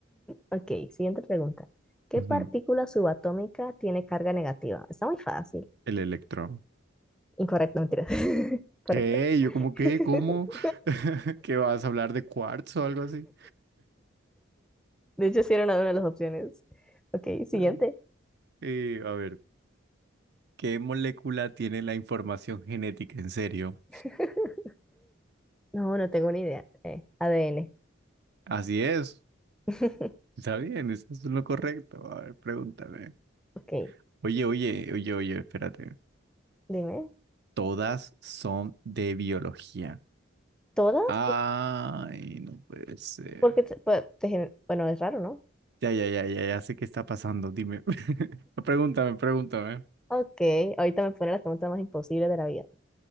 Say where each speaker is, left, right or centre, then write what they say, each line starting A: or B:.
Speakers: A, in the centre; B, on the right.
A: Ok, siguiente pregunta. ¿Qué
B: Ujú,
A: partícula subatómica tiene carga negativa? Está muy fácil.
B: El electrón.
A: Incorrecto, mentira. <laughs> Correcto.
B: ¿Qué? ¿Yo como
A: <laughs>
B: qué? ¿Cómo? <laughs> ¿Qué vas a hablar de cuarzo o algo así?
A: De hecho, sí era una de las opciones. Ok, siguiente.
B: Ah. Eh, a ver, ¿qué molécula tiene la información genética? En serio.
A: <laughs> No, no tengo ni idea. Eh, ADN.
B: Así es.
A: <laughs>
B: Está bien, eso es lo correcto. A ver, pregúntame.
A: Ok,
B: Oye, oye, oye, oye, espérate.
A: dime.
B: Todas son de biología.
A: ¿Todas?
B: Ay, no puede ser.
A: Porque, te- pues, te gen- bueno, es raro, ¿no?
B: Ya, ya, ya, ya, ya sé qué está pasando. Dime. <laughs> Pregúntame, pregúntame.
A: Ok, ahorita me pone las preguntas más imposibles de la vida.